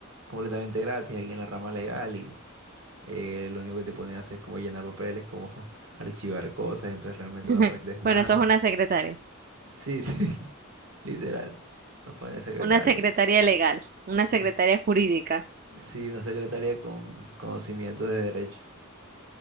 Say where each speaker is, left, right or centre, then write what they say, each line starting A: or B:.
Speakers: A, on the right (about 70°); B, on the right (about 40°).
A: completamente gratis aquí en la rama legal y eh, lo único que te ponen a hacer es como llenar papeles, como <laughs> archivar cosas, entonces realmente
B: <laughs>
A: no aprendes nada.
B: Bueno, eso es una secretaria,
A: Sí, sí, <laughs> literal. Nos ponen de secretaria.
B: una secretaria legal, una secretaria
A: Mm,
B: jurídica.
A: Sí, una secretaria con conocimientos de derecho.